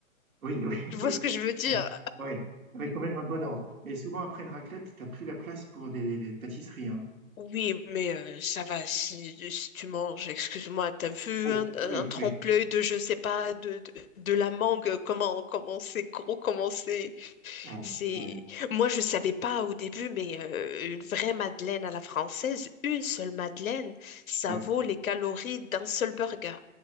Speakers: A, on the right (about 85°); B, on the left (about 75°).
A: oui, oui.
B: Tu vois ce que je veux dire?
A: <laughs> Oui, mais quand même dans le bon ordre. Mais souvent, après une raclette, t'as plus la place pour des, des pâtisseries, hein.
B: Oui, mais euh, ça va, si, si tu manges, excuse-moi, t'as vu
A: Oui,
B: un, un
A: oui,
B: trempe-l'œil
A: oui.
B: de, je sais pas, de, de, de la mangue, comment, comment c'est gros, comment c'est...
A: Ouais,
B: C'est
A: ouais,
B: moi je ne savais pas au début mais euh, une vraie madeleine à la française, une seule madeleine, ça
A: ouais.
B: vaut les calories d'un seul burger.